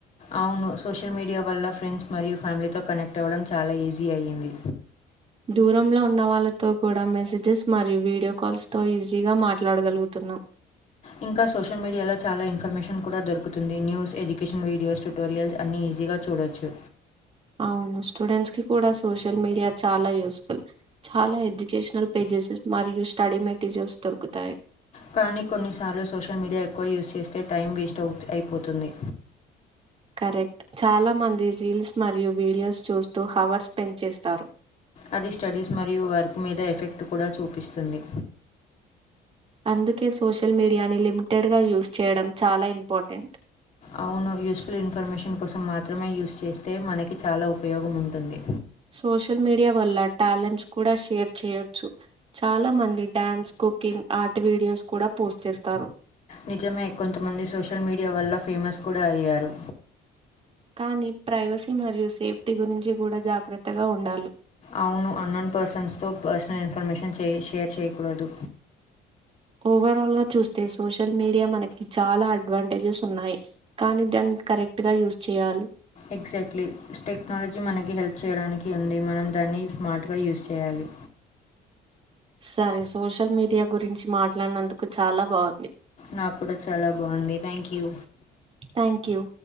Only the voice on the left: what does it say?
అవును సోషల్ మీడియా వల్ల ఫ్రెండ్స్ మరియు ఫ్యామిలీతో కనెక్ట్ అవ్వడం చాలా ఈజీ అయ్యింది.
ఇంకా సోషల్ మీడియాలో చాలా ఇన్ఫర్మేషన్ కూడా దొరుకుతుంది, న్యూస్ ఎడ్యుకేషన్ వీడియోస్ ట్యుటోరియల్స్ అన్ని ఈజీగా చూడొచ్చు.
కానీ కొన్నిసార్లు సోషల్ మీడియా ఎక్కువ యూస్ చేస్తే టైం వేస్ట్ అవుత్ అయిపోతుంది.
అది స్టడీస్ మరియు వర్క్ మీద ఎఫెక్ట్ కూడా చూపిస్తుంది.
అవును యూస్ఫుల్ ఇన్ఫర్మేషన్ కోసం మాత్రమే యూస్ చేస్తే మనకి చాలా ఉపయోగం ఉంటుంది
నిజమే కొంతమంది సోషల్ మీడియా వల్ల ఫేమస్ కూడా అయ్యారు
అవును అన్నోన్ పర్సన్స్ తో పర్సనల్ ఇన్ఫర్మేషన్ షేర్ చేయకూడదు
ఎగ్జాక్ట్లీ టెక్నాలజీ మనకి హెల్ప్ చేయడానికి ఉంది మనం దాన్ని స్మార్ట్గా యూస్ చేయాలి
నాకు కూడా చాలా బాగుంది థ్యాంక్ యూ